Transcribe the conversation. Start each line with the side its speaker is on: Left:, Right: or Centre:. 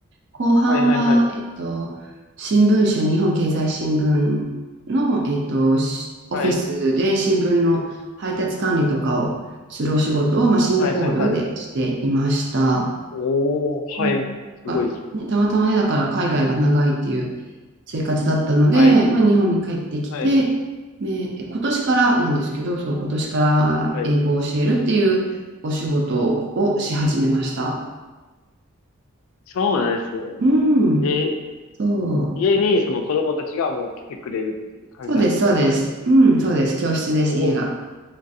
Right: 後半は、
Left: はいはいはい。
Right: えっと、新聞社、日本経済新聞の、えっと、しオフィスで新聞の配達管理とかをするお仕事を、
Left: はい。
Right: まあ、シンガポールでしていました。
Left: はいはいはい。おー、はい。
Right: うん
Left: すごいですね。
Right: あね、たまたまね、だから海外が長いっていう生活だったので、
Left: はい。
Right: まあ、日本に帰ってきて、
Left: はい。
Right: ね、え今年からなんですけど、そう、今年から英語を教えるっていうお仕事をし始めました。
Left: はい。そうなんですよ。
Right: うん、
Left: え
Right: そう。
Left: 家にその子供たちがもう来てくれるっていう感じなんですね、
Right: そうです、そうです。
Left: じゃあ。
Right: うん、そうです。教室です、
Left: おお。
Right: 家が。